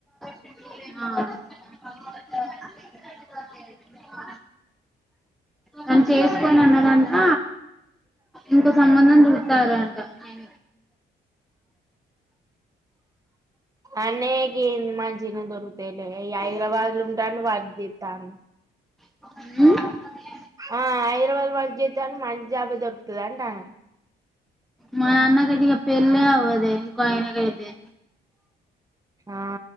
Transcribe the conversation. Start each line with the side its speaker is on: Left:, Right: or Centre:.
Centre: ఆ మం చేసుకోని అన్నదక ఇంకో సంబంధం చూ తారా అంట అన
Right: అనేగంది మాజిన దొరుకుతలే హైదరాబాద్లు ఉంటాను వర్దితాను
Centre: అ
Right: ఆ హైదరాబాద్ వాళ్ళ చేతాని మంచి జాబా దొరుకుతుంది అంటాను
Centre: మా నాన్నకాటి పేళ్లే అవద కైనా కాయితే
Right: ఆ